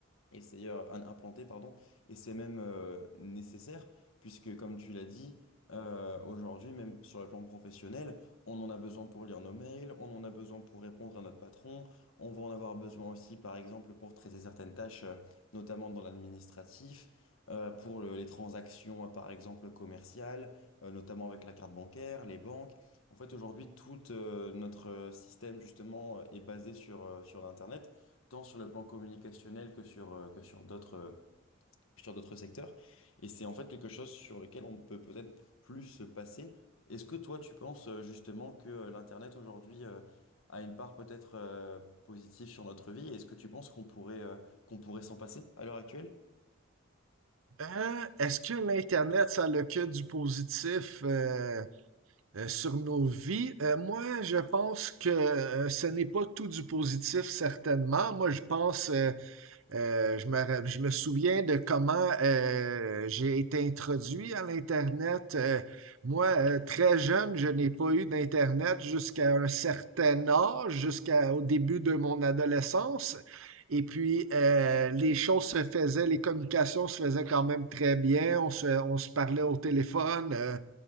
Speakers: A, on the left (about 80°); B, on the right (about 80°).
A: et c'est euh, un- implanté, pardon, et c'est même euh, nécessaire, puisque comme tu l'as dit, euh, aujourd'hui, même sur le plan professionnel, on en a besoin pour lire nos mails, on en a besoin pour répondre à notre patron, on va en avoir besoin aussi, par exemple, pour traiter certaines tâches, euh, notamment dans l'administratif, euh, pour le- les transactions, euh, par exemple, commerciales, euh, notamment avec la carte bancaire, les banques. En fait, aujourd'hui, tout euh, notre euh, système, justement, euh, est basé sur, euh, sur l'Internet tant sur le plan communicationnel que sur, euh, que sur d'autres euh, sur d'autres secteurs. Et c'est en fait quelque chose sur lequel on peut peut-être plus se passer. Est-ce que toi, tu penses euh, justement que euh, l'Internet aujourd'hui euh, a une part peut-être euh, positive sur notre vie? Et Est-ce que tu penses qu'on pourrait, euh, qu'on pourrait s'en passer à l'heure actuelle?
B: Euh, est-ce que l'Internet, ça a le que du positif? Euh, Euh, sur nos vies, euh, moi, je pense que euh, ce n'est pas tout du positif, certainement. Moi, je pense, euh, euh, je me, ra- je me souviens de comment euh, j'ai été introduit à l'Internet. Euh, moi, euh, très jeune, je n'ai pas eu d'Internet jusqu'à un certain âge, jusqu'au début de mon adolescence. Et puis, euh, les choses se faisaient, les communications se faisaient quand même très bien. On se, on se parlait au téléphone. euh,